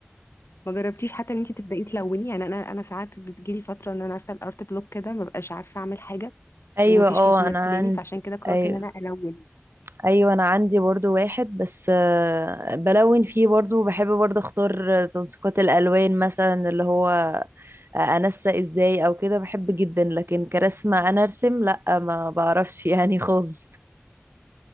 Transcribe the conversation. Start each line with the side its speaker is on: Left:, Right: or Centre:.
Left: ما جربتيش حتى ان انتي تبداي تلوني يعني انا انا ساعات بتجيلي فتره ان انا عارفه الارت بلوك كده ما ببقاش عارفه اعمل حاجه
Right: ايوه
Left: ومفيش
Right: اه
Left: رسومات
Right: انا
Left: في
Right: عندي
Left: بالي فعشان كده قررت
Right: ايوه
Left: ان انا الون
Right: ايوه انا عندي برضو واحد بس آه، بلون فيه برضو بحب برضو اختار آه، تنسيقات الالوان مثلا اللي هو آه، انسق ازاي او كده بحب جدا لكن كرسمة انا ارسم لا ما بعرفش يعني خالص